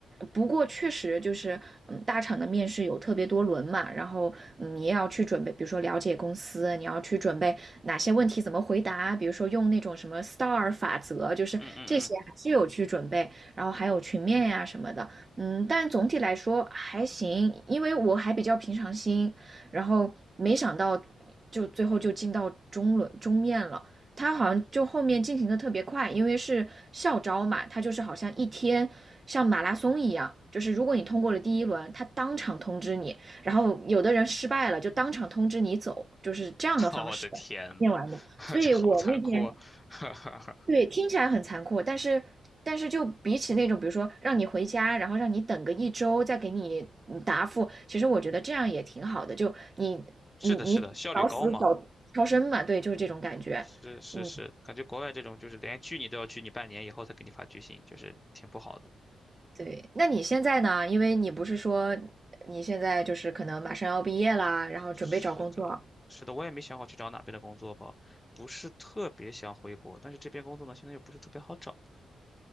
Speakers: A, on the right; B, on the left.
A: 不过确实就是，嗯，大厂的面试有特别多轮嘛，然后嗯，你也要去准备，比如说了解公司，你要去准备哪些问题怎么回答，比如说用那种什么 STAR 法则，就是这些还是有去准备，
B: 嗯嗯嗯，
A: 然后还有群面呀、什么的，嗯，但总体来说还行，因为我还比较平常心，然后没想到就最后就进到中轮中面了。他好像就后面进行的特别快，因为是校招嘛，他就是好像一天像马拉松一样，就是如果你通过了第一轮，他当场通知你，然后有的人失败了就当场通知你走，就是这样的方式
B: <laughs> 我的天呐，
A: 念完的。
B: <laughs>
A: 所以我那天
B: 这好残酷啊！<laughs>
A: 对，听起来很残酷，但是但是就比起那种，比如说让你回家，然后让你等个一周再给你嗯答复，其实我觉得这样也挺好的，就你你你早死早超生嘛，
B: 是的，是的，效率高嘛，
A: 对，就是这种感觉。
B: 是是是，
A: 嗯，
B: 感觉国外这种就是连拒你都要拒你半年以后才给你发拒信，就是挺不好的。
A: 对。那你现在呢？因为你不是说你现在就是可能马上要毕业啦，然后准备找工作，
B: 是的，是的，我也没想好去找哪边的工作吧，不是特别想回国，但是这边工作呢，现在又不是特别好找，